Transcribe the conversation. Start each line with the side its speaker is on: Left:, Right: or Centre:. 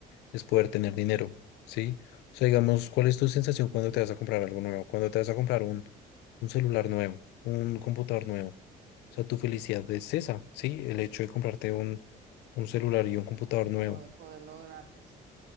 Left: es poder tener dinero, ¿sí? O sea,
Right: sí,
Left: digamos, ¿cuál es tu sensación cuando te vas a comprar algo nuevo? Cuando te vas a comprar un, un celular nuevo, un computador nuevo. O sea, tu felicidad es esa, ¿sí? El hecho de comprarte un, un celular
Right: claro,
Left: y un computador
Right: de
Left: nuevo.
Right: po- poder lograrlo, sí.